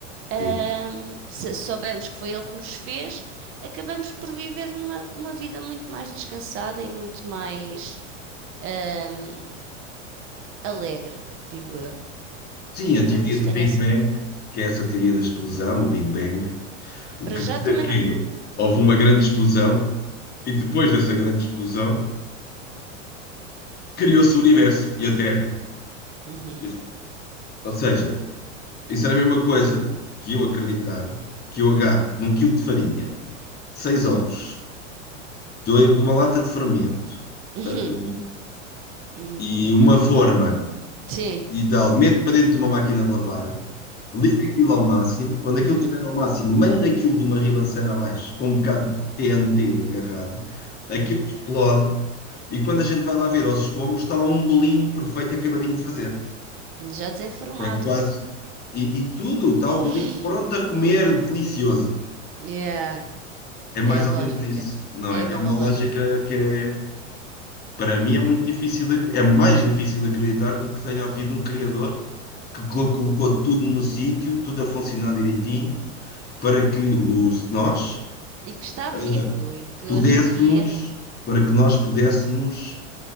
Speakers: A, on the right; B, on the left.
A: Ahm,
B: Sim.
A: se soubermos que foi ele que nos fez, acabamos por viver numa uma vida muito mais descansada e muito mais ahm, alegre, digo eu.
B: Sim,
A: Eu
B: a teoria
A: pelo menos
B: do
A: tenho
B: Big
A: essa.
B: Bang, que é essa teoria da explosão, o Big Bang, o
A: Para
B: que
A: já
B: diz
A: também
B: é que
A: não.
B: houve uma grande explosão e depois dessa grande explosão criou-se o universo e a Terra.
A: Uhum,
B: Isto- Ou seja, isso era a mesma coisa que eu acreditar que eu agarro num quilo de farinha, seis ovos, dois de uma lata de fermento
A: uhum,
B: eh,
A: uhum,
B: e uma forma.
A: sim.
B: e tal,
A: Uhum,
B: mete para dentro de uma máquina de lavar, liga aquilo ao máximo, quando aquilo
A: uhum,
B: estiver
A: uhum,
B: ao máximo, manda aquilo de uma ribanceira abaixo, com um bocado
A: uhum,
B: de TNT agarrado, aquilo
A: uhum.
B: explode, e quando a gente vai lá ver aos escombros, está lá um bolinho perfeito acabadinho de fazer.
A: Já desenformado.
B: Tem quase. E, e tudo, está o
A: <laughs>
B: bolinho pronto a comer, delicioso.
A: Yeah.
B: É mais
A: É a lógica.
B: ou menos isso, não
A: É
B: é?
A: a mesma
B: É uma
A: lógica.
B: lógica que é Para mim é muito difícil, de acre- é mais difícil de acreditar do que tenha havido um criador que co- colocou tudo no sítio, tudo a funcionar direitinho, para que os nós
A: E que está
B: eh,
A: vivo e que hoje
B: pudéssemos,
A: em dia.
B: para que nós pudéssemos